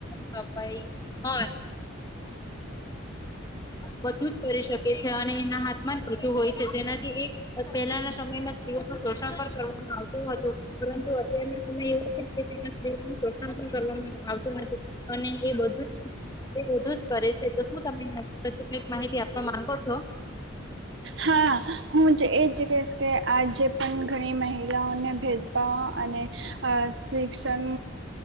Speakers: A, on the left; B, on the right.
A: પપાઈ હ બધું જ કરી શકે છે અને એના હાથમાં જ પતું હોય છે જેનાથી એ પહેલાના સમયમાં સ્ત્રીઓનું પોષણ પણ કરવામાં આવતું હતું પરંતુ અત્યારના સમય એવો છે કે જેમાં સ્ત્રીઓનું પોષણ પણ કરવામાં આવતું નથી અને એ બધું જ એ બધું જ કરે છે તો શું તને હજુ કક માહિતી આપવા માંગો છો
B: હા હું એ જ કહીશ કે આજે પણ ઘણી મહિલાઓને ભેદભાવ અને શિક્ષણ